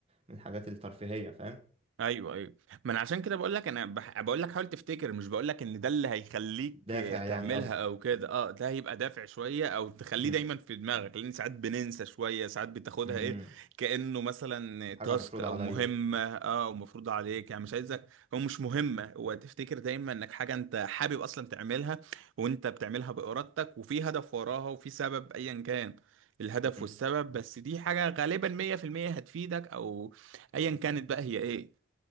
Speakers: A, on the right; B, on the right.
A: من الحاجات الترفيهيه فاهم
B: ايوه ايوه ما انا عشان كده بقول لك انا بح... بقول لك حاول تفتكر مش بقول لك ان ده اللي هيخليك
A: دافع
B: آه، تعملها
A: يعني قصدك
B: او كده اه ده هيبقى دافع شويه او تخليه
A: م-
B: دايما في دماغك لان ساعات بننسى شويه ساعات بتاخدها
A: م-
B: ايه كانه مثلا
A: حاجه
B: تاسك
A: مفروضه
B: او
A: عليا
B: مهمه اه ومفروض عليك يعني مش عايزك هو مش مهمه هو تفتكر دايما انك حاجه انت حابب اصلا تعملها وانت بتعملها بارادتك وفي هدف وراها وفي سبب ايا كان الهدف
A: م-
B: والسبب بس دي حاجه غالبا 100% هتفيدك او ايا كانت بقى هي ايه